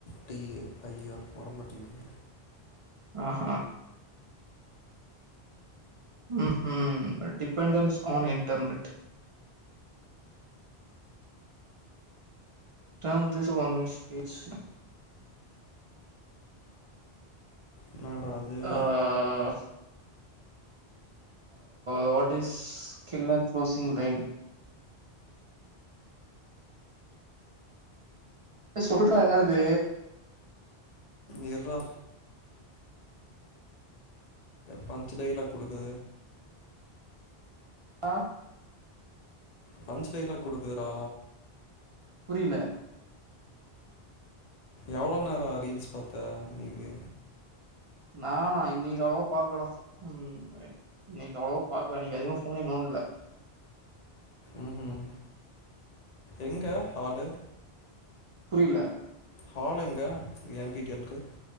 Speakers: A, on the left (about 55°); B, on the right (about 55°).
A: D ஆ ஐ ஆ வரமாட்டுது
B: ஆஹ ம்ம் dependence on internet turn this one minute speech
A: என்னடா அது
B: ஆ what is killer closing line சொல்ற ஏதாவது
A: இர்ரா பஞ்ச் டய்லாக் குடுக்குது
B: அ
A: பஞ்ச் டயலாக் குடுக்குதுறா
B: புரிய்ல
A: எவ்ளோ நேர ரீல்ஸ் பாத்த இன்னிக்கு
B: நானா இன்னிக் அவ்ளவா பாக்லடா ம் இன்னிக் அவ்ளவா பாக்ல இன்னிக் அதிகமா ஃபோனே நோண்ட்ல
A: ம்ஹூம் எங்க ஹாலு
B: புரிய்ல
A: ஹல் எங்க என்பிடிஎல்க்கு